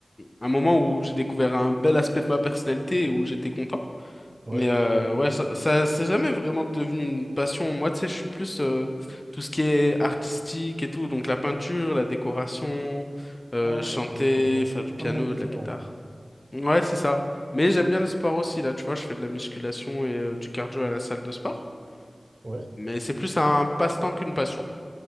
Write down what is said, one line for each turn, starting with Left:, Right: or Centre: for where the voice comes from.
Left: un moment où j'ai découvert un bel aspect de ma personnalité et où j'étais content.
Right: Ouais.
Left: Mais euh, ouais, ça, ça c'est jamais vraiment devenu une passion. Moi, tu sais, je suis plus euh, tout ce qui est artistique et tout, donc la peinture, la décoration, euh,
Right: Ah
Left: chanter,
Right: ouais, d'accord. Donc,
Left: faire du
Right: totalement
Left: piano,
Right: différent.
Left: de la guitare. Ouais, c'est ça. Mais j'aime
Right: Ok.
Left: bien le sport aussi, là, tu vois, je fais de la musculation et euh, du cardio à la salle de sport.
Right: Ouais.
Left: Mais c'est plus un passe-temps qu'une passion.